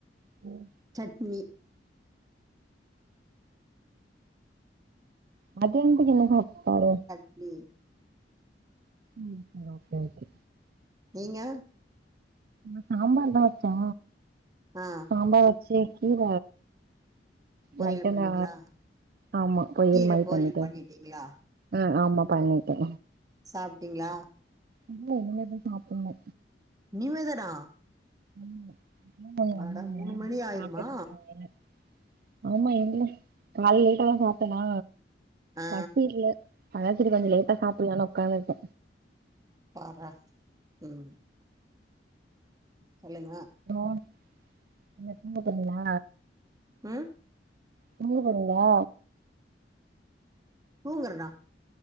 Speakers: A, on the right; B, on the right.
A: ம்
B: சட்னி
A: மத்தியானத்துக்கு என்ன சாப்பாடு
B: ம்
A: ம் சேரி ஓகே ஓகே
B: நீங்க
A: நா சாம்பாருதா வெச்சோ
B: ஆ
A: சாம்பார் வெச்சு கீர
B: பொரியல்
A: லைட்டா
B: பண்ணீங்களா
A: நா ஆமா பொரியல்
B: கீர
A: மாரி
B: பொரியல்
A: பண்ணிட்ட
B: பண்ணிட்டீங்களா
A: ம் ஆமா பண்ணிட்டே
B: சாப்டீங்களா
A: இல்ல இனிமேதா சாப்புணு
B: இனிமேதானா
A: ஆமா இப்பதான் அவங்க
B: மட
A: வந்தாங்க
B: மூணு மணி
A: அவங்க
B: ஆயிருமா
A: சாப்ட்டுட்டு இருக்காங்க ஆமா எங்கள கால்ல லேட்டாதா சாப்டோமா
B: ஆ
A: பசி இல்ல அதா சேரி கொஞ்சோ லேட்டா சாப்புலானு உக்காந்துருக்க
B: பார்றா ம் சொல்லுங்க
A: அந்த லோனு என்ன தூங்க போறீங்களா
B: ம்
A: தூங்க போறீங்களா
B: தூங்கறனா